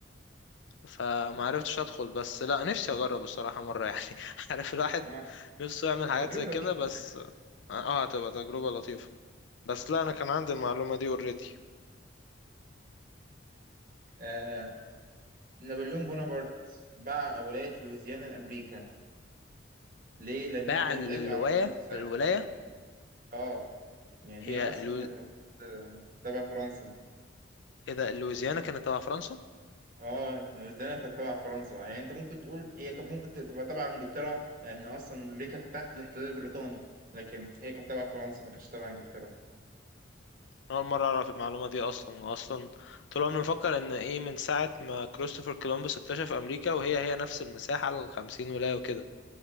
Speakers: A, on the left; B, on the right.
A: فما
B: اه
A: عرفتش أدخل بس لا نفسي أجرب الصراحة مرة يعني <laughs> عارف الواحد
B: آه،
A: نفسه يعمل
B: تبقى
A: حاجات
B: تجربة
A: زي كده
B: لطيفة
A: بس
B: انا حاسس
A: اه هتبقى تجربة لطيفة بس لا أنا كان عندي المعلومة دي اوريدي
B: آه نابليون بونابرت باع ولاية لويزيانا لأمريكا ليه؟ لأن
A: باع
B: هي كانت
A: الولاية
B: عبء على فرنسا ساعتها
A: الولاية
B: اه يعني
A: هي
B: هي اصلا
A: لو...
B: كانت المفروض آه، تبع فرنسا
A: إذا لويزيانا كانت تبع فرنسا
B: اه نيوزيلندا كانت تبع فرنسا يعني انت ممكن تقول هي كانت ممكن ت- تبقى تبع انجلترا لان اصلا امريكا كانت تحت الاحتلال البريطاني لكن هي كانت تبع فرنسا ما كانتش تبع انجلترا
A: أول مرة أعرف المعلومة دي أصلا أصلا طول عمري مفكر إن إيه من ساعة ما كريستوفر كولومبوس اكتشف أمريكا وهي هي نفس المساحة على الخمسين ولاية وكده